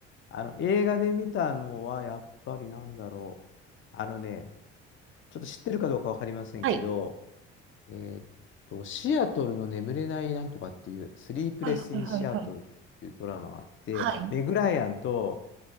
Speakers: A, on the left (about 35°); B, on the right (about 40°).
A: あの映画で見たのはやっぱりなんだろう。あのね、ちょっと知ってるかどうかわかりませんけど、
B: はい。
A: えーっと、シアトルの眠れないなんとかっていう、スリープレス・
B: はいはいはいはい。
A: イン・シアトルっていうドラマがあって、
B: はい。
A: メグ・ライアンと、